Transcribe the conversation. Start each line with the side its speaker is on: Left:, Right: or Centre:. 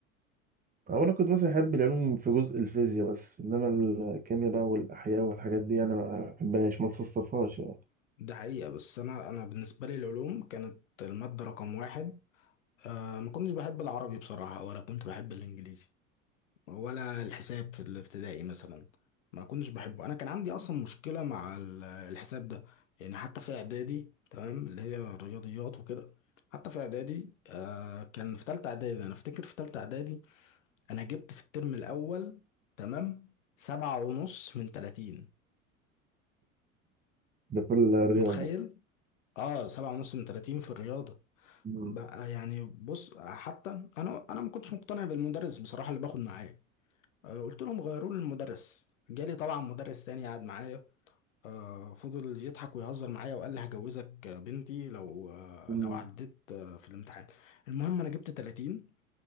Right: هو انا كنت مثلا احب العلوم في جزء الفيزياء بس انما الكيمياء بقى والاحياء والحاجات دي انا ما بحبهاش ما تصصفهاش يعني
Left: ده حقيقة بس انا انا بالنسبة لي العلوم كانت المادة رقم واحد آه، ما كنتش بحب العربي بصراحة ولا كنت بحب الانجليزي ولا الحساب في الابتدائي مثلا ما كنتش بحبه انا كان عندي اصلا مشكله مع ال- الحساب ده يعني حتى في اعدادي تمام اللي هي الرياضيات وكده حتى في اعدادي آه كان في تالتة اعدادي انا افتكر في تالتة اعدادي انا جبت في الترم الاول تمام سبعة ونص من تلاتين
Right: ده في الرياضة
Left: متخيل اه سبعة ونص من تلاتين في الرياضة
Right: مم.
Left: بقى يعني بص حتى انا انا ما كنتش مقتنع بالمدرس بصراحة اللي باخد معاه آه، قلت لهم غيروا لي المدرس جالي طبعا مدرس تاني قعد معايا آه، فضل يضحك ويهزر معايا وقال لي هجوزك بنتي لو آه،
Right: مم.
Left: لو عديت آه، في الامتحان المهم انا جبت 30